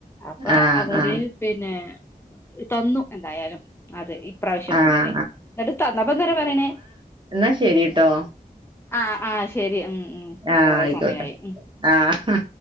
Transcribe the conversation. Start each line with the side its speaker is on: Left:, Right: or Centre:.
Left: അപ്പ
Right: ആഹ്
Left: അവെര്
Right: ആഹ്
Left: പിന്നെ തന്നു എന്തായാലും അതെ ഈ പ്രാവശ്യം
Right: ആഹ്
Left: മുതല് ന്നട്ട് തന്നപ്പന്തേര് പറയ്ണേ.
Right: ഇന്നാ ശരിട്ടോ.
Left: ആഹ് ആഹ് ശെരി ഉം ഉം
Right: ആഹ്
Left: കൊറേ
Right: ആയിക്കോട്ടെ
Left: സമയായി ഉം
Right: ആഹ്